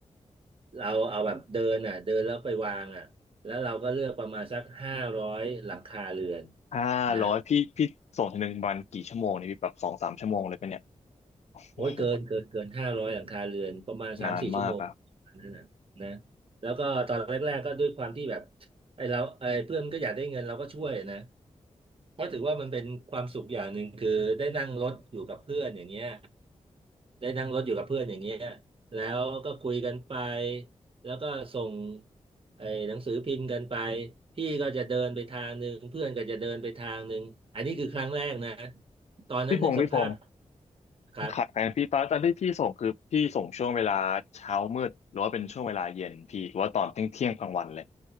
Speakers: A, on the right; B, on the left.
A: เราเอาแบบเดินอ่ะเดินแล้วไปวางอ่ะแล้วเราก็เลือกประมาณสักห้าร้อยหลังคาเรือน
B: ห้าร้อยพี่พี่ส่งทีหนึ่งประมาณกี่ชั่วโมงนี่พี่แบบสองสามชั่วโมงเลยปะเนี่ย
A: นะ โอ้ยเกินเกินเกินห้าร้อยหลังคาเรือนประมาณสามสี่ชั่วโมง
B: โอ้โหนานมากอะ
A: นั่นนะนะแล้วก็ตอนแรกๆก็ด้วยความที่แบบไอ้เราไอ้เพื่อนมันก็อยากได้เงินเราก็ช่วยนะเพราะถือว่ามันเป็นความสุขอย่างหนึ่งคือได้นั่งรถอยู่กับเพื่อนอย่างเงี้ยได้นั่งรถอยู่กับเพื่อนอย่างเงี้ยแล้วก็คุยกันไปแล้วก็ส่งไอ้หนังสือพิมพ์กันไปพี่ก็จะเดินไปทางหนึ่งเพื่อนก็จะเดินไปทางหนึ่งอันนี้คือครั้งแรกนะตอนนั้นนึกสภาพ
B: พี่พงศ์พี่พงศ์
A: ครับ
B: พี่ขัดกันพี่ตอนตอนที่พี่ส่งคือพี่ส่งช่วงเวลาเช้ามืดหรือว่าเป็นช่วงเวลาเย็นพี่หรือว่าตอนเที่ยงเที่ยงกลางวันเลย